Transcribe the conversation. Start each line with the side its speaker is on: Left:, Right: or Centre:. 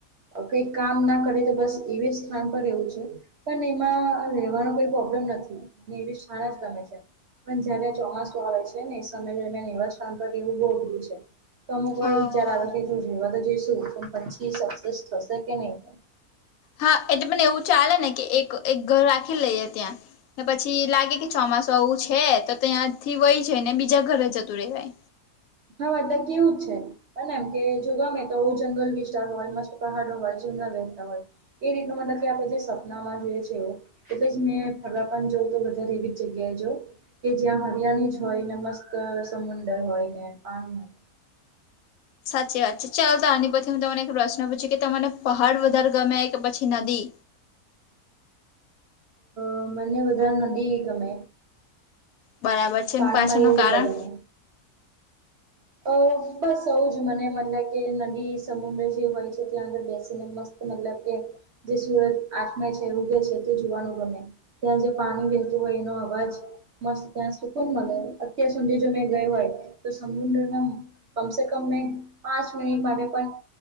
Right: અ કઈક કામ ના કરીય તો બસ એવી જ સ્થાન પર રહેવું છે. પણ એમાં રહેેવાનો કઈ પ્રોબ્લેમ નથી મ એવી શાળા જ ગમે છે. પણ જ્યારે ચોમાસું આવે છે ને સમય દરમિયાન એવા સ્થાન પર રહેવું બહુ અઘરું છે. તો અમુક વાર
Left: હા.
Right: વિચાર આવે કે જો રવા તો જઈશું તો પછી સક્સેસ થશે કે નહી થાય.
Left: હા, એટલે પણ એવું ચાલે ને કે એક એક ઘર રાખી લઈએ ત્યાં. ને પછી લાગે કે ચોમાસું આવું છે તો ત્યાંથી વય જ ને બીજા ઘરે જતું રહેવાય.
Right: હા, મતલબ કેવું છે? પણ એમ કે જો ગમે તો જંગલ વિસ્તાર હોય મસ્ત પહાડો હોય જૂના વહેતા હોય. એ રીતનું મતલબ કે આપડે જે સપનામાં જોઈએ છે એવું એટલે જ મેં ફરવા પન જાઉ તો વધારે એવી જ જગ્યાએ જાઉ. કે જ્યાં હરિયાણી જ હોય ને મસ્ત સમુંદર હોય ને પાણી હોય
Left: સાચી વાત છે. ચાલો તો આની પછી હું તમને એક પ્રશ્ન પૂછું કે તમને પહાડ વધારે ગમે કે પછી નદી?
Right: અહ મને વધારે નધી ગમે.
Left: બરાબર
Right: અને
Left: છે
Right: પાણી
Left: પાછળનું
Right: માં એવું બધા
Left: કારણ?
Right: ગમે. અહ બસ આઉ જ મને મતલબ કે નદી સમુદ્ર જે હોય છે ત્યાં આગળ બેસીને મસ્ત મતલબ કે જે સુરજ આઠમે છે, ઉગે છે તે જોવાનું ગમે. ત્યાં જે પાણી વહેતું હોય એનો અવાજ મસ્ત ત્યાં સુકન મલે અત્યાર સુધી જો મેં ગય હોય તો સમુદ્ર ના કમસે કમ મેં પાંચ મિનિટ મારે પણ